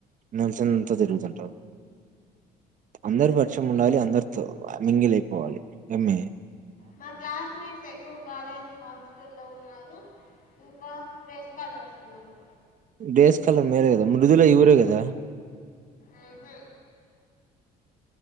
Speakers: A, on the right (about 50°); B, on the left (about 55°).
A: <unintelligible> సందంత తిరుగుతుంటావు అందరు పరిచయం ఉండాలి అందరితో మింగిలి అయిపోవలి ఏమి
B: మా క్లాస్ మేట్స్ ఎక్కువ కాలేజ్ హాస్టలో ఉన్నారు ఇంకా డేస్ కాలర్స్ ఉన్నారు
A: డేస్ కాలర్ మీరే కదా మృదుల ఈఊరే కదా
B: ఊహు